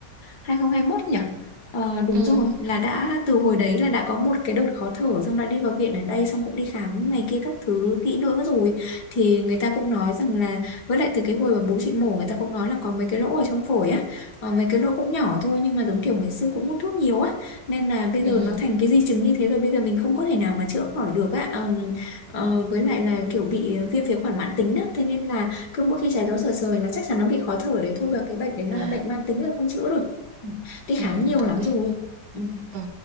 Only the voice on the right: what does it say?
ừm,
ừm,
à,
ừm,
ô kê,
ờ,